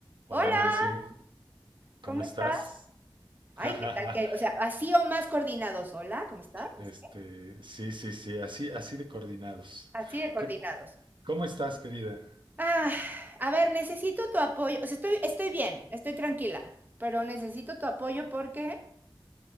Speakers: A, on the right (about 65°); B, on the right (about 20°).
A: Hola
B: Hola,
A: Nancy, ¿cómo
B: ¿cómo
A: estás?
B: estás?
A: <laughs>
B: Ay, ¿qué tal que? O sea, así o más coordinados. Hola, ¿cómo estás?
A: Este,
B: No sé qué.
A: sí, sí, sí, así, así de coordinados.
B: Así de coordinados.
A: Co- ¿Cómo estás, querida?
B: Ah, a ver, necesito tu apoyo. O sea, estoy, estoy bien, estoy tranquila, pero necesito tu apoyo porque,